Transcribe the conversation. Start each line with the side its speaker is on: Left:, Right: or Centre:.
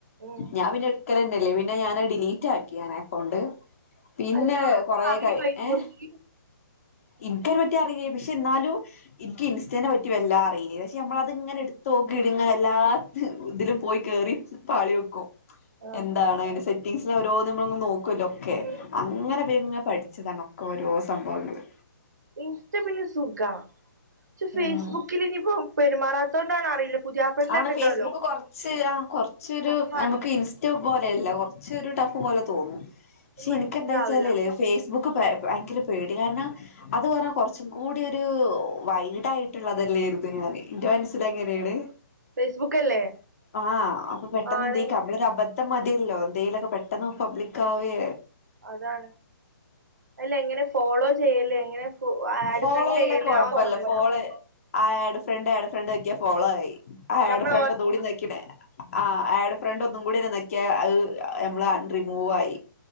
Right: ഉം
Left: ഞാൻ പിന്നെ എടുക്കലന്നെ ഇല്ല പിന്നെ ഞാന് ഡിലീറ്റ് ആക്കി ഞാൻ ആഹ് അക്കൗണ്ട് പിന്നെ
Right: അല്ല
Left: കൊറക്കായി
Right: പറയൂ അതിനെ
Left: ഏഹ്
Right: കുറിച്ച്
Left: ഇനിക്കൊറ്റ അറിയേ പക്ഷെ എന്നാലും എനിക്ക് ഇൻസ്റ്റേനെ പറ്റി വല്ലാ അറിയില്ലേ പക്ഷെ നമ്മളത് ഇങ്ങനെ എടുത്ത് നോക്കി ഇടുങ്ങന എല്ലാ ഇതിലും പോയി കേറി പാളി വെക്കും
Right: ആഹ്
Left: എന്താണ് അതിന്റെ സെറ്റിംഗസില ഓരോ നമ്മളങ് നോക്കുവല്ലോ ഓക്കെ
Right: ഉം
Left: അങ്ങനെ ഒരോന്ന് പഠിച്ച ച്ചതണ് ഒരോ സംഭവങ്ങള്
Right: ഇൻസ്റ്റ പിന്നെ സുഖ പക്ഷ ഫേസ്ബുക്കിൽ
Left: ഉം
Right: ഇനിപ്പോ പെരുമാറാത്തോണ്ടാണോ എന്ന് അറിയില്ല പുതിയാപ്പളിന്റെ
Left: ആണ്
Right: ഒക്കെ
Left: ഫേസ്ബുക്ക്
Right: ഉണ്ടാവല്ലോ
Left: കുറച്ച് ആഹ് കുറച്ചൊരു
Right: ടഫാണ്
Left: നമുക്ക് ഇൻസ് പോലെയല്ല കുറച്ചരു ടഫ് പോലെ തോന്നും പക്ഷെ
Right: മനസ്സിലാവില്ല
Left: എനിക്കെന്താ വെച്ചാലില്ലെ ഫ സ് ബുക്ക് ഭയങ്കര പേടിയ കാരണം അത് പറഞ്ഞാ കുറച്ചും കൂടിയോരു വൈഡ് ആയിട്ടുള്ളതല്ലേയിരുന്നു അത് എന്റെ മനസ്സിൽ അങ്ങനെയാണ്
Right: ഫേസ്ബുക്ക് അല്ലേ
Left: ആഹ് അപ്പൊ പെട്ടെന്ന്
Right: ആണ്
Left: എന്തേ നമ്മള് അബ ത്തം മതിയല്ലോ എന്തെയിലൊക്കെ പെട്ടെന്ന് പബ്ലിക്ക് ആവേ
Right: അതാണ് അല്ല എങ്ങനെ ഫോളോ ചെയ്യല് എങ്ങനെ ആഡ്
Left: ഫോളോയിലൊക്കെ
Right: ഫ്രണ്ട് ചെയ്യല്
Left: കൊഴപ്പല്ല
Right: <unintelligible>
Left: follow add friend add friend ഞെക്കിയ ഫോളോ ആയി ആഡ്
Right: നമ്മള്
Left: ഫ്രണ്ട്
Right: ഓരോ
Left: ഒന്നുടെ ഞെകിനെ ആഹ് ആഡ് ഫ്രണ്ട് ഒന്നും കൂടി ഞെക്കിയ അത് നമ്മള് റിമൂവ് ആയി